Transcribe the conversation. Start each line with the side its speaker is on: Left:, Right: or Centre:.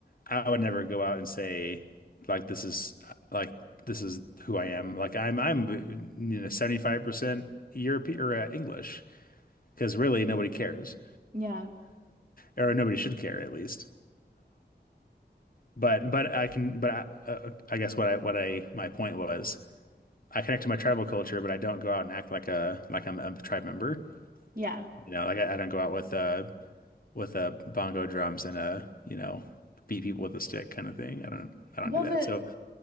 Left: I would never go out and say like this is like this is who I am. Like I'm I'm you know 75% European or uh, English because really nobody cares
Right: Yeah.
Left: or nobody should care at least. But but I can but I, uh, I guess what I what I my point was I connect to my tribal culture, but I don't go out and act like a like I'm a tribe member.
Right: Yeah.
Left: You know, like I, I don't go out with uh with uh bongo drums and uh you know beat people with a stick kind of thing. I don't I don't
Right: Well,
Left: do that.
Right: the
Left: So